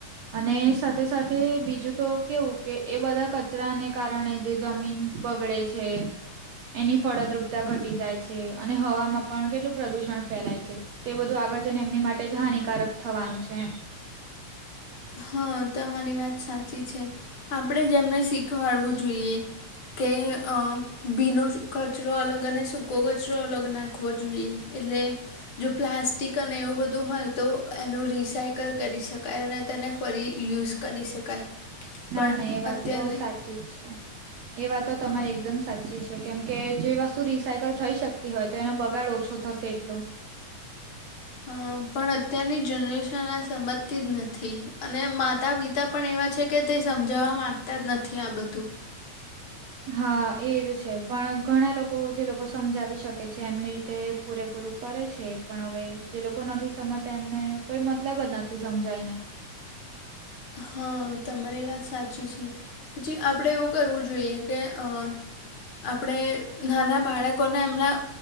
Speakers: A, on the right; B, on the left.
A: અને સાથે સાથે બીજું તો કેવું કે એ બધા કચરાને કારણે જે જમીન બગડે છે એની ફળદ્રુપતા ઘટી જાય છ છે અને હવામાં પણ કેટલું પ્રદુષણ ફેલાય છે તે બધું આગળ જઈને એમની માટ ટે જ હાનિકારક થવાનું છે એમ.
B: હા તમારી વાત સાચી છે આપડે જ એમને શીખવાડવું જોઈએ. કે અ ભીનો કચરો અલગ અને સૂકો કચરો અલગ નાખવો જુઈએ. એટલે જો પ્લાસ્ટિક અને એવું બધું હોય તો એનું રિસાયકલ કરી શકાય અને તેને ફરી યુઝ કરી શકાય પણ
A: ના ના એ વાત
B: અત્યારની
A: તો સાચી જ છે એ વાતો તમારી
B: હા
A: એકદમ સાચી છે કેમ કે જે વસ્તુ રિસાયકલ થઈ શકતી હોય તો એનો બગાડ ઓછો થશે એટલો
B: હ પણ અત્યારની જનરેશન આ સમજતી જ નથ થી અને માતા પિતા પણ એવા છે કે તે સમજાવવા માંગતા જ નથી આ બધું
A: હા એજ છે પણ ઘણા લોકો જે લોકો સમજાવી શકે છે એમની રીતે પૂરેપૂરું કરે છે પણ હવે જે લોકો નથી સમજતા એમને કોઈ મતલબ જ નથી સમજાયને
B: હા તમારી વાત સાચી છે. પછી આપણે એવું કરવું જોઈએ કે અ આપડે નાના બાળકોને એમના